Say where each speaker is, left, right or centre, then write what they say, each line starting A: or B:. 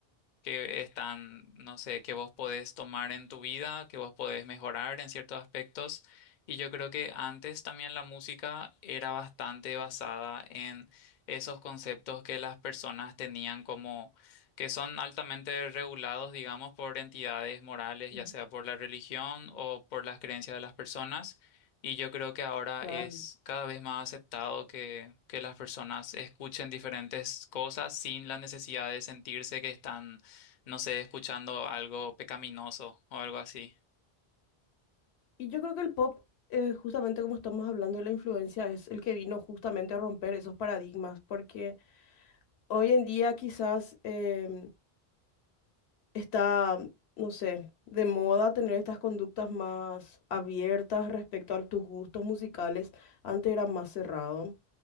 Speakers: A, on the left; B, on the left.
A: que están, no sé, que vos podés tomar en tu vida, que vos podés mejorar en ciertos aspectos. Y yo creo que antes también la música era bastante basada en esos conceptos que las personas tenían como que son altamente regulados, digamos, por entidades morales,
B: Ujú,
A: ya sea por la religión o por las creencias de las personas. Y yo creo que ahora
B: Claro.
A: es cada vez más aceptado que, que las personas escuchen diferentes cosas sin la necesidad de sentirse que están no sé, escuchando algo pecaminoso o algo así.
B: Y yo creo que el pop, eh, justamente como estamos hablando de la influencia, es el que vino justamente a romper esos paradigmas, porque hoy en día quizás em, está, no sé, de moda tener estas conductas más abiertas respecto a tus gustos musicales, antes era más cerrado.